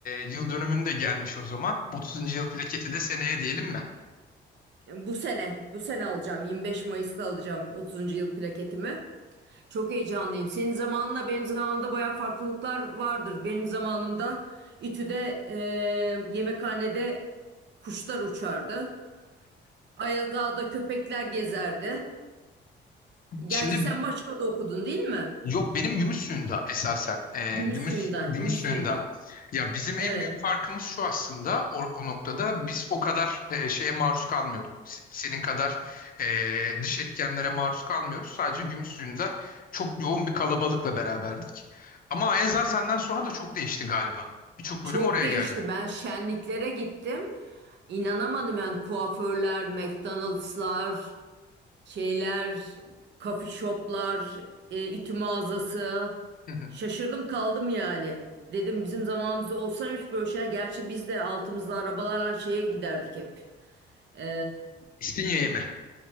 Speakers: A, on the left; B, on the right.
A: yıl dönümün de gelmiş o zaman. 30. yıl plaketi de seneye diyelim mi?
B: Bu sene, bu sene alacağım. 25 Mayıs'ta alacağım 30. yıl plaketimi. Çok heyecanlıyım. Senin zamanınla benim zamanımda baya farklılıklar vardır. Benim zamanımda İTÜ'de eee yemekhanede kuşlar uçardı. Ayazağa'da köpekler gezerdi. Gerçi
A: Şimdi
B: sen Maçka'da okudun değil mi?
A: Yok benim gümüş suyunda esasen. Ee,
B: Gümüşsuyu'nda,
A: gümüş gümüş
B: Gümüşsuyu'nda.
A: suyunda. Ya bizim
B: Evet,
A: en büyük farkımız şu aslında o, o noktada biz o kadar e, şeye maruz kalmıyorduk. S- Senin kadar e, dış etkenlere maruz kalmıyoruz. Sadece gümüş suyunda çok yoğun bir kalabalıkla beraberdik. Ama Ayaza senden sonra da çok değişti galiba. Birçok
B: çok
A: bölüm oraya
B: değişti.
A: geldi.
B: Ben şenliklere gittim. İnanamadım yani kuaförler, McDonald'slar, şeyler, coffee shoplar, e, ütü mağazası.
A: Hı hı.
B: Şaşırdım kaldım yani. Dedim bizim zamanımızda olsaymış böyle şeyler. Gerçi biz de altımızda arabalarla şeye giderdik hep. Ee,
A: İstinye'ye mi?